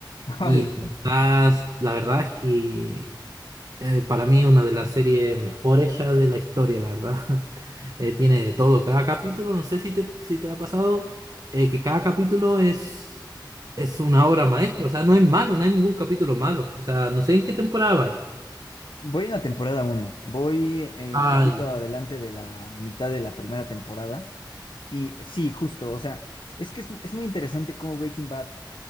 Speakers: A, on the left; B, on the right.
A: <laughs> Hola.
B: Y la verdad, la verdad es que eh, para mí una de las series mejores ya de la historia, la verdad. <laughs> Eh, tiene de todo. Cada capítulo, no sé si te, si te ha pasado, eh, que cada capítulo es, es una obra maestra. O sea, no es malo, no hay ningún capítulo malo. O sea, no sé en qué temporada vais.
A: Voy en la temporada uno voy eh,
B: Ay,
A: poquito adelante de la mitad de la primera temporada. Y sí, justo, o sea, es que es, es muy interesante cómo Breaking Bad